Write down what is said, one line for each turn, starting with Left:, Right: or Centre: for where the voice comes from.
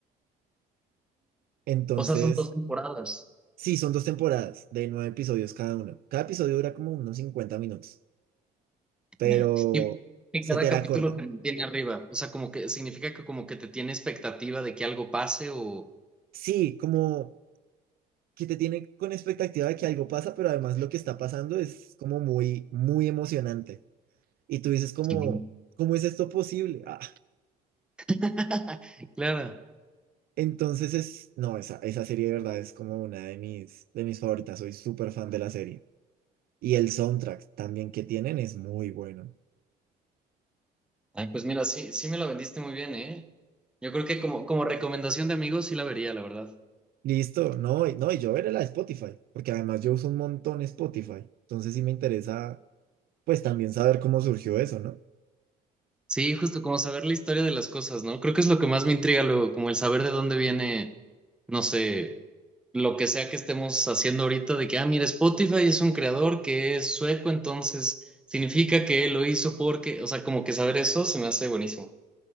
Right: Entonces...
Centre: O sea, son dos temporadas.
Right: Sí, son dos temporadas de nueve episodios cada uno. Cada episodio dura como unos 50 minutos, pero
Centre: Nah. Y que
Right: se
Centre: cada
Right: te hará
Centre: capítulo
Right: corta.
Centre: te mantiene arriba, o sea, como que significa que como que te tiene expectativa de que algo pase o...
Right: Sí, como que te tiene con expectativa de que algo pasa, pero además lo que está pasando es como muy, muy emocionante. Y tú dices como,
Centre: Sí.
Right: ¿cómo es esto posible? Ah,
Centre: <laughs> Claro.
Right: entonces es, no, esa, esa serie de verdad es como una de mis, de mis favoritas. Soy súper fan de la serie. Y el soundtrack también que tienen es muy bueno.
Centre: Ay, pues mira, sí, sí me la vendiste muy bien, ¿eh? Yo creo que como, como recomendación de amigos sí la vería, la verdad.
Right: Listo, no, y- no, y yo veré la de Spotify, porque además yo uso un montón Spotify, entonces sí me interesa, pues también saber cómo surgió eso, ¿no?
Centre: Sí, justo como saber la historia de las cosas, ¿no? Creo que es lo que más me intriga luego, como el saber de dónde viene, no sé, lo que sea que estemos haciendo ahorita, de que, ah, mira, Spotify es un creador que es sueco, entonces significa que lo hizo porque, o sea, como que saber eso se me hace buenísimo.